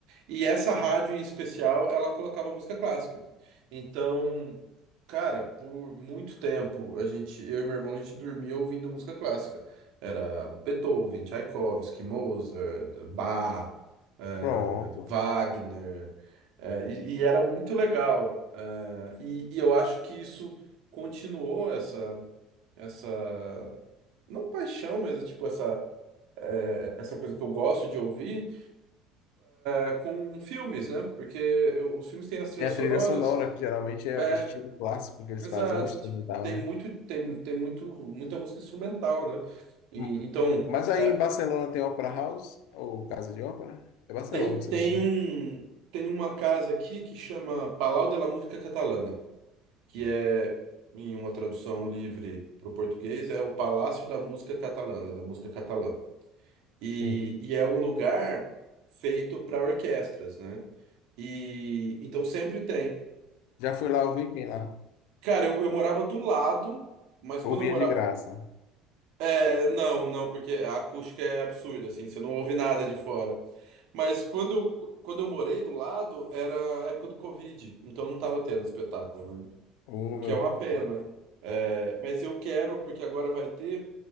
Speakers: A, on the right; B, on the left.
A: E essa rádio em especial, ela colocava música clássica. Então, cara, por muito tempo, a gente, eu e meu irmão, a gente dormia ouvindo música clássica. Era Beethoven, Tchaikovsky, Mozart, Bach, eh,
B: Pronto.
A: Wagner. eh, e, e era muito legal. eh, e, e eu acho que isso continuou essa, essa, não paixão, mas tipo essa, eh, essa coisa que eu gosto de ouvir é, com filmes, né? Porque os filmes têm as trilhas
B: Tem a
A: sonoras.
B: trilha sonora, que geralmente é
A: É,
B: estilo clássico que eles
A: exato.
B: fazem, ou instrumental,
A: Tipo, tem
B: né?
A: muito, tem, tem muito, muita música instrumental, né? E,
B: Hum.
A: então,
B: Mas aí
A: é,
B: em Barcelona tem Opera House, ou Casa de Ópera? É Barcelona
A: tem,
B: que você
A: tem
B: mora.
A: um, tem uma casa aqui que chama Palau de la Música Catalana, que é, em uma tradução livre para o português, é o Palácio da Música Catalana, da música catalã. E,
B: Sim.
A: e é um lugar feito para orquestras, né? E então sempre tem.
B: Já fui lá, ouvir quem lá?
A: Cara, eu, eu morava do lado, mas
B: Ouvia
A: quando eu morava.
B: de graça.
A: É, não, não, porque a acústica é absurda, assim, você não ouve nada de fora. Mas quando, eu- quando eu morei do lado, era a época do Covid, então não tava tendo espetáculo, né?
B: Oh,
A: O que
B: meu
A: é uma
B: Deus.
A: pena. É, mas eu quero, porque agora vai ter